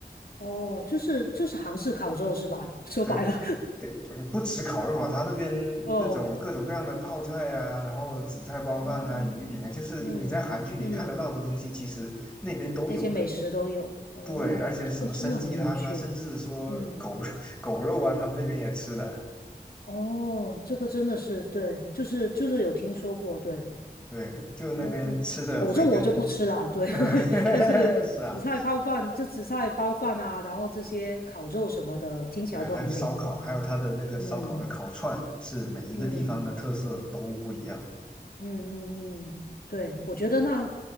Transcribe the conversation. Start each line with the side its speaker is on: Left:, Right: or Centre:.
Left: 哦，就是就是韩式烤肉是吧？<laughs> 说白了，
Centre: 对
Left: <laughs>
Centre: 对，嗯不止烤肉啊，他那边那种各种各样的泡菜啊，
Left: 哦
Centre: 然后紫菜包饭啊、
Left: 哦，
Centre: 鱼饼啊，就是你在韩剧里看得到的东西，
Left: 嗯嗯，
Centre: 其实那边都有的。
Left: 那些美食都有，哦，
Centre: 对，而且什么参鸡汤啊，
Left: 这个真的很有趣。
Centre: 甚至说狗
Left: 嗯。
Centre: <laughs> 狗肉啊，他们那边也吃的。
Left: 哦，这个真的是对，就是就是有听说过，对。
Centre: 对，就那边吃的慧根，
Left: 哦，狗肉我就不吃了，对。
Centre: <laughs> 嗯是啊，
Left: <laughs> 但是紫菜泡饭，就紫菜包饭啊，然后这些烤肉什么的，听起来都很美味。
Centre: 对，还有烧烤，还有他的那个烧烤的烤串，
Left: 嗯嗯
Centre: 是每一个地方的特色都不一样。
Left: 嗯嗯嗯嗯，对，我觉得那